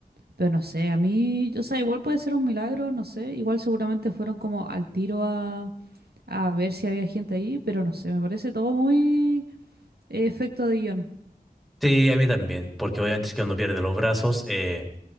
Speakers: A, on the right (about 75°); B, in the centre.
A: Pero no sé, a mí, o sea, igual puede ser un milagro, no sé, igual seguramente fueron como al tiro a, a ver si había gente ahí, pero no sé, me parece todo muy eh, efecto de guión.
B: Sí, a mí también, porque obviamente es que uno pierde los brazos. eh,